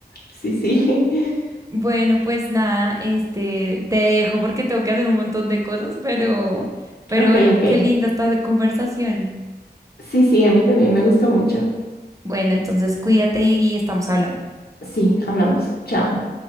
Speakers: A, on the left (about 65°); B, on the right (about 20°).
A: sí, sí. <laughs>
B: Bueno, pues nada, este, te dejo porque tengo que hacer un montón de cosas, pero, pero
A: Ok,
B: bueno,
A: ok.
B: qué linda esta conversación.
A: Sí, sí, a mí también me gustó mucho.
B: Bueno, entonces cuídate y estamos hablando.
A: Sí, hablamos. Chao.